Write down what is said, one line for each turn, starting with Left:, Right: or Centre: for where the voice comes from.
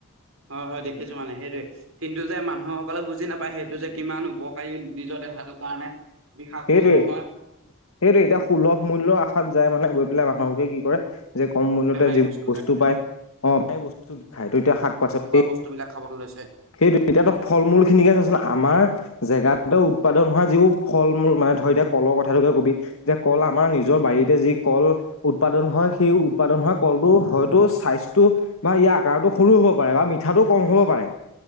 Right: হয় হয় দেখিছো মানে সেইটোৱে, কিন্তু যে মানুহসকলে বুজি নাপায় সেইটো যে কিমান উপকাৰী - দেখাটো কাৰণে, বিষাক্তও
Left: সেইটোৱেই
Right: নহয়
Left: সেইটোৱে এতিয়া সুলভ মূল্যৰ আশাত যায় মানে গৈ পেলাই মানুহকে কি কৰে, যে কম মূলয়তে
Right: বেমাৰী
Left: যিবোৰ
Right: বস্তুবিলাক
Left: বস্তু
Right: খাই
Left: পায় আহ সেই বস্তু খায় ত এতিয়া শাক - পাচলি
Right: তেনেকুৱা বস্তুবিলাক খাবলৈ লৈছে
Left: সেইটো এতিয়াতো ফল মূল খিনিকে আছেচোন আমাৰ জেগা উৎপাদন হোৱা যিবোৰ ফল মূল মানে ধৰ এতিয়া কল কথাটোকে কবি, যে কল আমাৰ নিজৰ বাৰীতে যি কল উৎপাদন হয় সেই উৎপাদন হোৱা কলটো হয়তো চাইছটো বা ইয়াৰ আকাৰতো সৰু হ'ব পাৰে বা মিঠাটো কম হ'ব পাৰে।